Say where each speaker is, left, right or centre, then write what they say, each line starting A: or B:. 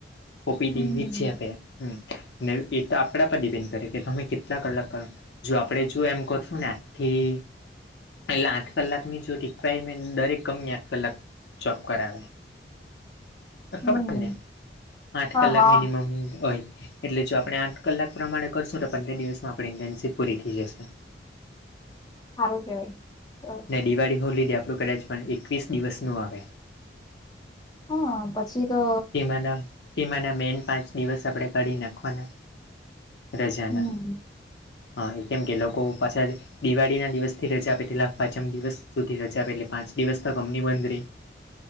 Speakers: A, on the left; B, on the left.
A: ઓપીડી
B: હમ
A: છે આપે હમ્મ નેલ પીતો આપણા પર ડિપેન્ડ કરે કે તમે કેટલા કલાક કામ જો આપડે જો એમ કરશું ને આખી એટલે આઠ કલાકની જો રિક્વાયરમેન્ટ દરેક કંપની આઠ કલાક જોબ કરાવે તન
B: હમ
A: ખબર ને આઠ
B: હા
A: કલાક
B: હા
A: મિનિમમ હોય એટલે જો આપણે આઠ કલાક પ્રમાણે કરશું તો પંદર દિવસમાં આપણી ઇન્ટેન્શિપ પૂરી થઈ જશે
B: હારુ કેવાય તો
A: દિવાળી હોલીડે આપણું કદાચ પણ એકવીસ દિવસનું આવે
B: હા પછી તો
A: તેમાંના તેમાંના મેન પાંચ દિવસ આપણેે કરી નાખવાના રજાના
B: હમ
A: હા એ કેમ કે લોકો પાછા દિવાળીના દિવસથી રજા આપે એટલા પાંચમ દિવસ સુધી રજા આપે એટલે પાંચ દિવસ તો કંપની બંધ રહી <inaudible>